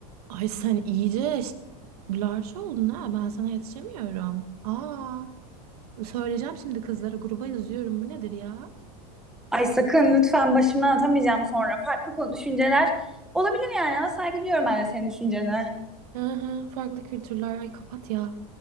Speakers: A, on the right (about 70°); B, in the centre.
A: Ay sen iyice eş- larç oldun ha. Ben sana yetişemiyorum. Aa, söyleyeceğim şimdi kızlara gruba yazıyorum. Bu nedir ya?
B: Ay sakın lütfen başımdan atamayacağım sonra. Farklı konu düşünceler olabilir yani. Ama saygı duyuyorum ben de senin düşüncene.
A: Hı hı, farklı kültürler. Ay kapat ya.